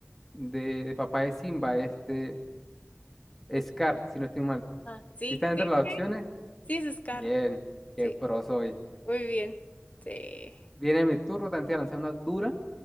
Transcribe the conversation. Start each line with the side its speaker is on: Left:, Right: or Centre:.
Centre: de, de papá de Simba, este Scar, si no estoy mal.
Left: Ah, sí,
Centre: Si están entre
Left: sí,
Centre: las
Left: sí,
Centre: opciones,
Left: sí es Scar.
Centre: bien, qué
Left: Sí,
Centre: pro soy.
Left: muy bien. Sí.
Centre: Viene mi turno, te voy a lanzar una dura